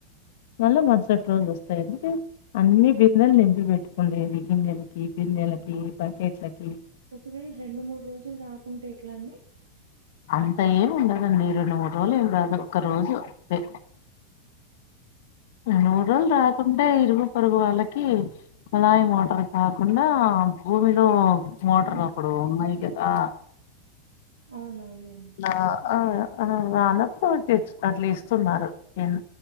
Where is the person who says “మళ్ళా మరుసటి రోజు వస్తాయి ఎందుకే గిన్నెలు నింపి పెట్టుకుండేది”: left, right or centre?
Left